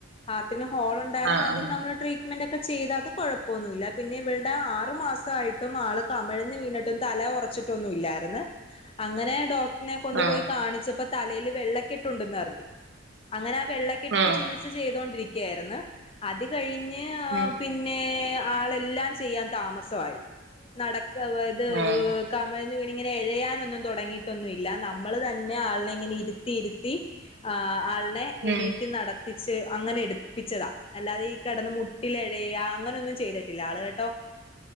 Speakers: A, on the left; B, on the right.
A: ഹാർട്ടിന് ഹോള് ഉണ്ടാര്ന്ന്
B: ആഹ്
A: അതിന്
B: ആഹ്
A: നമ്മള് ട്രീ റ്റ് മെൻഡ് ഒക്കെ ചെയ്ത് അത് കൊഴപ്പൊന്നുല്ല പിന്നെ ഇവള്ട ആറ് മാസായിട്ടും ആള് കമഴ്ന്ന് വീണിടും തല ഒറച്ചിട്ടൊന്നു ഇല്ലായിര്ന്ന് അങ്ങനെ ഡോക് കൊണ്ട്
B: ആഹ്
A: പോയി കാണിച്ചപ്പൊ തലേല് വെള്ളക്കെട്ടുണ്ടെന്ന് അർഞ്ഞ് അങ്ങനെ ആഹ് വെള്ളക്കെട്ടിന്റെ
B: ആഹ്
A: ചികിത്സ സചെയ്തോണ്ട്രിക്കായിര്ന്ന് അത് കഴിഞ് ആഹ്
B: ഉം
A: പി പിന്നേ ആളെല്ലാം ചെയ്യാൻ താമസവായി നടക്കവ ഇത്
B: ആഹ്
A: കമഴ്ന്ന് വീണ്ങ്ങനെ എഴയാനൊന്നും തൊടങ്ങീ ന്നുല്ല നമ്മള് തന്നെ ആള്നെ ഇങ്ങനെ ഇര്ത്തി ഇര്ത്തി ആള്നെ എണീറ്റ്
B: ഉം
A: നട ത്തിച്ച് അങ്ങനെ എട്പ്പിച്ചത അല്ലാതെ ഈ കിടന്ന് മുട്ടിലിഴയ അങ്ങനൊന്നും ചെയ്തിട്ടില്ല ആള് കെട്ടൊ